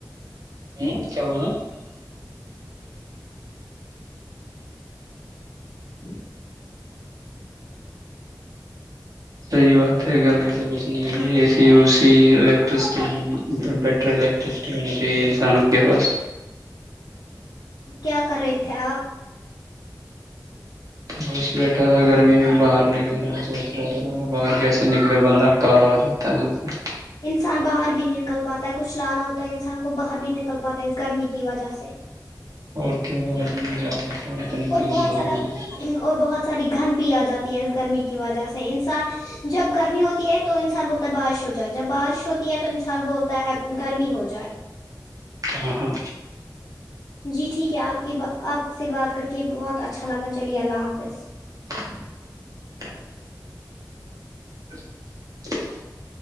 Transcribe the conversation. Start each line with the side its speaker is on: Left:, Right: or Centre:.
Right: ہ کیا بول رہے ہیں <unintelligible>
Left: جی <inaudible>
Right: صحی بات ہے گرمی سے بچنے
Left: ہاں
Right: لیے کہ اسی الیکٹرسٹی بیٹر الیکٹرسٹی ہونی چاہیے انسان کے پاس
Left: کیا کر رہے تھے آپ
Right: گش بیٹھا تھا گرمی میں باہر نکلنے کا سوچ رہا تھا میں باہر کیسے نکلے بندہ کالا ہو جاتا تعلق <unintelligible>
Left: انسان باہر بھی نہیں نکل پاتا ہے کچھ لانا ہوتا ہے انسان کو باہر بھی نہیں نکل پاتا ہے اس گرمی کی وجہ سے
Right: اور کیا باہر بھی نہیں جا پاتا اتنی
Left: اور بہت
Right: ضرور
Left: سارا
Right: ہے <unintelligible>
Left: اور بہت ساری گند بھی آ جاتی ہے اس گرمی کی وجہ سے انسان جب گرمی ہوتی ہے تو انسان بولتا ہے بارش ہو جائے جب بارش ہوتی ہے تو انسان بولتا ہے گرمی ہو جائے
Right: ہ ہاں
Left: جی ٹھیک ہے آپ کے آپ سے بات کر کے بہت اچھا لگا چلیے اللہ حافظ
Right: <inaudible> <unintelligible>